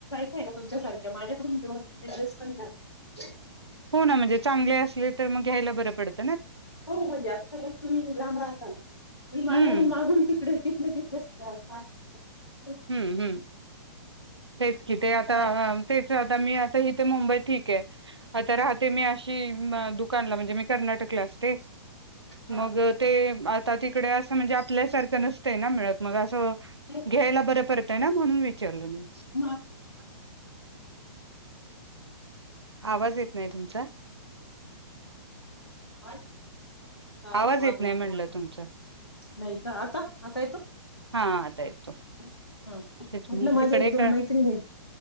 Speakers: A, on the left; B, on the right.
A: <unintelligible> ना तुमच्यासारख्या माझ्याकडून घेऊन बिझनेस पण करतात.
B: हो ना, म्हणजे चांगले असले तर मग घ्यायला बरं पडत.
A: हो म्हणजे आता <unintelligible> तुम्ही लांब राहता तुम्ही माझ्याकडून
B: हम्म
A: मागून तिकडे तिथले तिथले <unintelligible>
B: हम्म हम्म. तेच कि ते आता
A: बायका.
B: अ तेच आता मी इथे मुंबई ठीक आहे. आता राहते मी अशी म दुकानाला म्हणजे मी कर्नाटकला असते.
A: हा
B: मग ते आता तिकडे असं म्हणजे आपल्यासारखं <unintelligible> ना मिळत. मग असं
A: नाही
B: घ्यायला बर परतय ना म्हणून विचारलं मी <inaudible>
A: माझं
B: आवाज येत नाही तुमचा.
A: <unintelligible> <unintelligible>
B: आवाज
A: मागवले
B: येत नाही म्हणलं तुमचा
A: नाही का? आता- आता येतो?
B: हा आता येतो
A: हा- म्हटलं
B: तेच मी
A: माझ्या
B: तिकडे
A: एक दोन
B: का
A: मैत्रिणी आहेत.